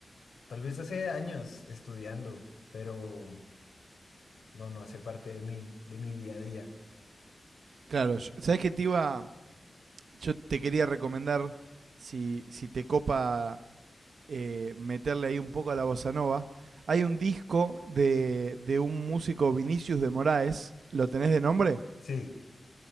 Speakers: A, on the left; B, on the right.
A: tal vez hace años estudiando, pero no, no hace parte de mi, de mi día a día.
B: Claro, yo- ¿sabes qué te iba? Yo te quería recomendar, si, si te copa eh, meterle ahí un poco a la bossa nova, hay un disco de, de un músico Vinicius de Moraes, ¿lo tenés de nombre?
A: Sí,